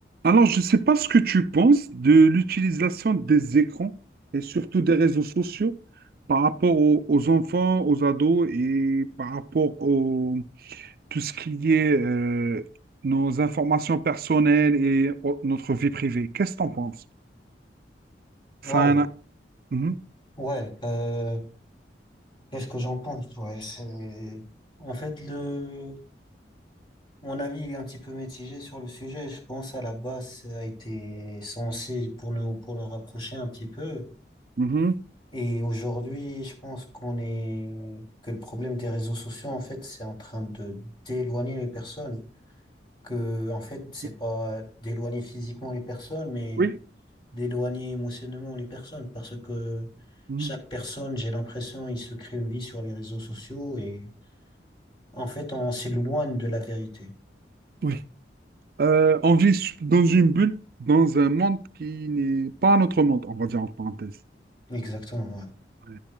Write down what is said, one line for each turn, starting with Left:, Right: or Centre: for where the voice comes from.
Right: Alors, je ne sais pas ce que tu penses de l'utilisation des écrans et surtout des réseaux sociaux par rapport au- aux, enfants, aux ados et par rapport au tout ce qui est euh, nos informations personnelles et o- notre vie privée. Qu'est-ce que tu en penses? Ça
Left: Oh,
Right: a un- Mhm.
Left: ouais, euh, qu'est-ce que j'en pense? Ouais, c'est... En fait, le... mon avis il est un petit peu mitigé sur le sujet. Je pense à la base, ça a été censé pour nous, pour nous rapprocher un petit peu.
Right: Mhm.
Left: Et aujourd'hui, je pense qu'on est, que le problème des réseaux sociaux, en fait, c'est en train de d'éloigner les personnes. Que, en fait,
Right: Ok.
Left: c'est pas d'éloigner physiquement les personnes, mais
Right: Oui.
Left: d'éloigner émotionnellement les personnes parce que
Right: Mhm.
Left: chaque personne, j'ai l'impression, il se crée une vie sur les réseaux sociaux et en fait, on s'éloigne de la vérité.
Right: Oui. Euh, on vit s- dans une bulle, dans un monde qui n'est pas notre monde, on va dire en parenthèse.
Left: Exactement, ouais.
Right: Ouais.